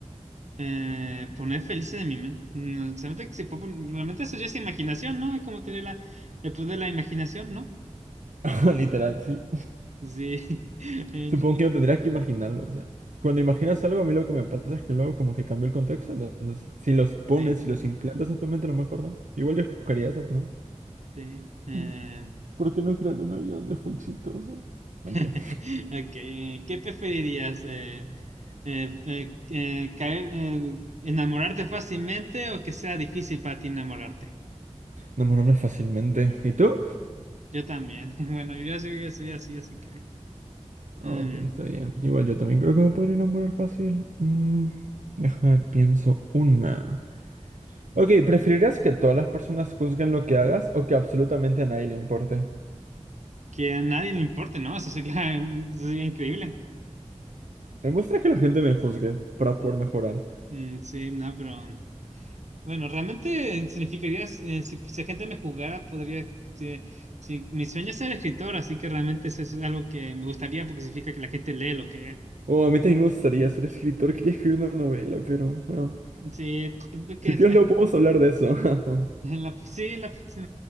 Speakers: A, on the right; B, on the right.
A: Eh, poner felices de mi mente. No, se nota que se puede pon- realmente eso ya es imaginación, ¿no? Es como tener la, el poder de la imaginación, ¿no?
B: <laughs> Literal, sí.
A: Sí. <laughs> Eh,
B: Supongo
A: sí,
B: que no tendrías que imaginarlo, o sea. Cuando imaginas algo, a mí lo que me pasa es que luego como que cambió el contexto, ¿no? entonces si los pones,
A: sí,
B: si los implantas en tu mente, a lo mejor no. Igual yo escogería esa, pero...
A: sí. Eh,
B: Mm. ¿Por qué no crear un avión donde fue exitoso? Mentira.
A: <laughs> ok, eh, ¿qué preferirías? Eh, eh, eh, eh, caer, eh, ¿enamorarte fácilmente o que sea difícil para ti enamorarte?
B: Enamorarme fácilmente. ¿Y tú?
A: Yo también. <laughs> Bueno, yo ya soy, ya soy así, así que... em,
B: Ok, está bien. Igual yo también creo que me podría enamorar fácil. Mm, déjame pienso una. Ok, ¿preferirás que todas las personas juzguen lo que hagas o que absolutamente a nadie le importe?
A: que a nadie le importe, ¿no? Eso sería, <laughs> eso sería increíble.
B: Me gusta que la gente me juzgue para poder
A: Mm.
B: mejorar.
A: Mm, sí, no, pero bueno, realmente significaría, eh, si, si la gente me jugara, podría, sí, sí, mi sueño es ser escritor, así que realmente eso es algo que me gustaría porque significa que la gente lee lo que...
B: Oh, a mí también me gustaría ser escritor, quería escribir una novela, pero bueno.
A: Sí, <laughs> creo que
B: Si
A: es,
B: quieres
A: eh,
B: luego podemos hablar de eso. <laughs>
A: la, sí, la, <laughs> sí,